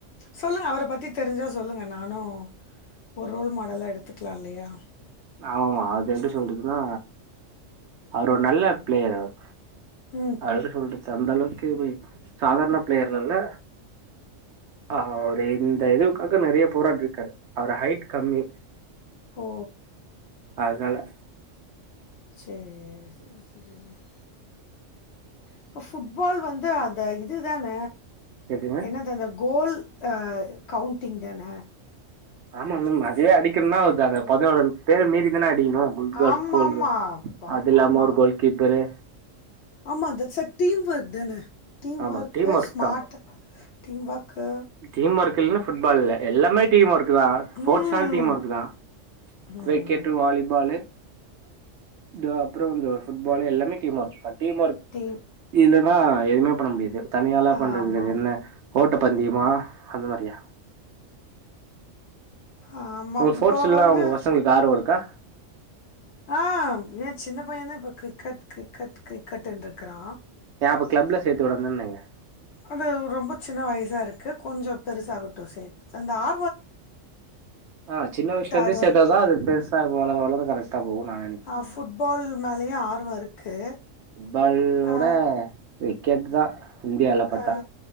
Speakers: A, on the left (about 65°); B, on the right (about 65°).
A: சொல்லுங்க அவர பத்தி தெரிஞ்சா சொல்லுங்க நானு ஒரு ரோல் மாடலா எடுத்துக்கலா இல்லயா
B: ஆமாம்மா அது எப்டி சொல்றதுனா அவர் ஒரு நல்ல பிளேயர் அவர்
A: ம்.
B: அதுக்கு சொல்றது அந்த அளவுக்கு சாதாரண பிளேயர்லல்ல அவரு இந்த இதுவுக்காக நறைய போராடிருக்காரு அவர் ஹைட் கம்மி
A: ஓ
B: அதுனால
A: சேர் செரி செரி செரி இப்ப ஃபுட்பால் வந்து அத இதுதான
B: எதுங்க
A: என்னது அத கோல் அ கவுண்டிங் தான
B: ஆமா மேம் அதயே அடிக்கனுன்னா அத அத பதனோட பேர மீறி தான அடிக்கணு
A: ஆமாமா.
B: குல் <unintelligible>
A: ஆமாமா.
B: அதுல்லாம ஒரு கோல் கீப்பரு
A: ஆமா தட்ஸ் எ டீம் ஒர்க் தான டீம்
B: ஆமா
A: ஒர்க்கு
B: டீம் ஒர்க்
A: smart
B: தா
A: team work
B: team work இல்லன்ன ஃபுட்பால் இல்ல எல்லாமே டீம் ஒர்க்கு தா ஸ்போர்ட்ஸ்னாலே
A: ம்.
B: டீம் ஒர்க்கு தா கிரிக்கெட்டு
A: ம்.
B: வாலிபாலு தோ அப்பறோ வந்து ஃபுட்பாலு எல்லாமே டீம் ஒர்க் தா டீம் ஒர்க்
A: டீம்
B: இல்லன்னா எதுமே பண்ண முடியாது தனியாலா பண்றது
A: ஆமாமா.
B: வேற என்ன ஓட்ட பந்தயோ மா அந்த மாரியா
A: ஆமா
B: உங்க
A: இப்பபா
B: ஸ்போர்ட்ஸ்ல்லா
A: வந்து
B: உங்க பசங்களுக்கு ஆர்வோ இருக்கா
A: ஆ ஏ சின்ன பையனே இப்ப கிரிக்கெட் கிரிக்கெட் கிரிக்கெட்ண்ருக்கறா
B: ஏ அப்ப கிளப்ல சேத்து விடந்தென்னங்க
A: அது ரொம்ப சின்ன வயசா இருக்கு கொஞ்சோ பெருசாகட்டு சேத் அந்த ஆ
B: ஆ சின்ன விஷ்ல இருந்தே
A: ஆர்வோ
B: சேத்தா
A: இருக்
B: தா அது பெருசாகு வளர வளர கரெக்ட்டா போகு நா நெனைக்
A: ஆ ஃபுட்பால் மேலயு ஆர்வோ இருக்கு
B: ஃபுட்பாலோட
A: ஆ
B: கிரிக்கெட் தா இந்தியால பாத்தா
A: ஆ